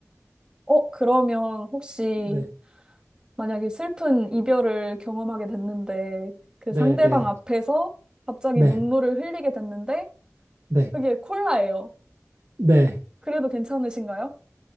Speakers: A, on the right (about 15°); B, on the right (about 55°).
A: 어, 그러면 혹시
B: 네.
A: 만약에 슬픈 이별을 경험하게 됐는데 그
B: 네,
A: 상대방
B: 네.
A: 앞에서 갑자기
B: 네.
A: 눈물을 흘리게 됐는데
B: 네.
A: 그게 콜라예요.
B: 네.
A: 그래도 괜찮으신가요?